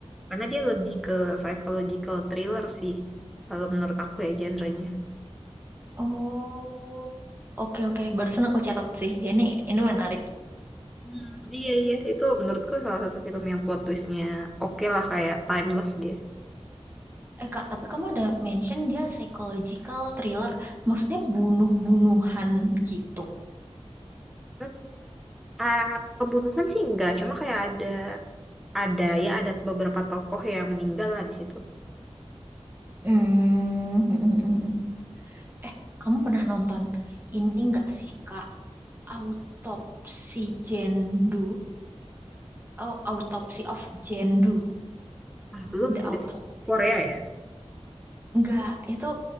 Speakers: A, in the centre; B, on the right (about 20°).
A: Karena dia lebih ke psychological thriller sih kalau menurut aku ya genre-nya.
B: Oh, oke oke. Barusan aku catat sih. Ini ini menarik.
A: Hmm, iya iya itu menurutku salah satu film yang plot twist-nya oke lah kayak timeless dia.
B: Eh Kak, tapi kamu ada mention dia psychological thriller. Maksudnya bunuh-bunuhan gitu.
A: Hmm, ah, pembunuhan sih enggak, cuma kayak ada Ada ya, ada beberapa tokoh yang meninggal lah di situ.
B: Hmm. Eh, kamu pernah nonton ini nggak sih Kak? Autopsi Jendu. Oh, Autopsy of Jendu.
A: Ah, belum
B: The
A: tuh.
B: Autopsy.
A: Itu Korea ya.
B: Enggak, itu